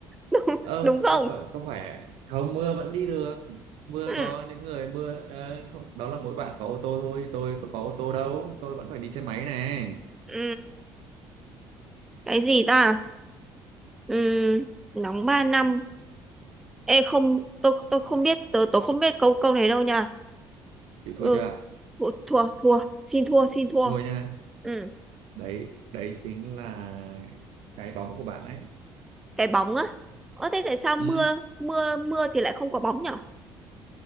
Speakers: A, in the centre; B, on the right.
A: Đúng,
B: ơ
A: đúng không?
B: có phải có phải không mưa vẫn đi được mưa
A: Ừ,
B: có những người mưa ờ, không đó là mỗi bạn có ô tô thôi tôi có có ô tô đâu tôi vẫn phải đi xe máy này
A: ừ. Cái gì ta? Ừ, nóng 3 năm. Ê không, tôi tôi không biết, tôi tôi không biết câu câu này đâu nha.
B: chịu
A: ừ
B: thua chưa
A: Ủa, thua thua xin thua xin thua
B: thua nha
A: ừ
B: đấy đấy chính là cái bóng của bạn ấy
A: cái bóng á ơ thế tại sao mưa
B: ừ
A: mưa mưa thì lại không có bóng nhở